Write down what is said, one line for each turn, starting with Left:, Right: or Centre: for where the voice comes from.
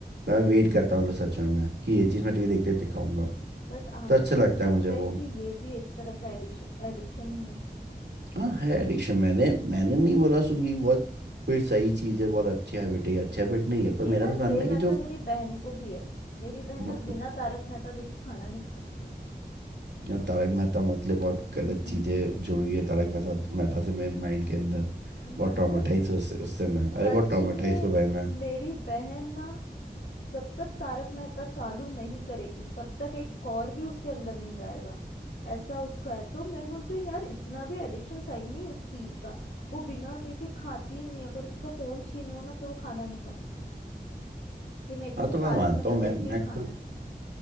Right: मैं वेट करता हूँ मतलब सच में मैं कि ये चीज़ मैं टीवी देखते देखते खाऊंगा
Left: बट आपको
Right: तो अच्छा
Left: नहीं
Right: लगता
Left: लगता
Right: है मुझे वो
Left: है कि ये भी एक तरह का एडिक्शन एडिक्शन ही
Right: हाँ है एडिक्शन मैंने मैंने नहीं बोला सुन के कि बहुत कोई सही चीज़ है बहुत अच्छी हैबिट है ये अच्छी हैबिट नहीं
Left: क्योंकि
Right: है पर
Left: ना
Right: मेरा बस
Left: सेम
Right: मानना है कि
Left: ऐसा मेरी बहन को भी है मेरी बहन
Right: जो
Left: ना बिना तारक मेहता देखे खाना नहीं खाती है
Right: या तारक मेहता मतलब बहुत गलत
Left: <laughs>
Right: चीजें जुड़ी है तारक मेहता मेहता से मेरे माइंड के अंदर
Left: मतलब
Right: बहुत ट्रॉमेटाइज उससे उससे मैं अरे
Left: सच
Right: बहुत ट्रॉमेटाइज
Left: में
Right: हो भाई मैं
Left: मेरी बहन ना जब तक तारक मेहता चालू नहीं करेगी तब तक एक कौर भी उसके अंदर नहीं जाएगा ऐसा उसका है तो मैं बोलती हूँ यार इतना भी एडिक्शन सही नहीं है इस चीज का वो बिना देखे खाती ही नहीं अगर उसका फोन छीन लो ना तो वो खाना नहीं खाती कि मेरे को
Right: हाँ
Left: तो
Right: तो मैं
Left: तारक
Right: मानता
Left: मेहता
Right: हूँ मैं
Left: देख के ही
Right: मैं
Left: खाना
Right: खुद
Left: है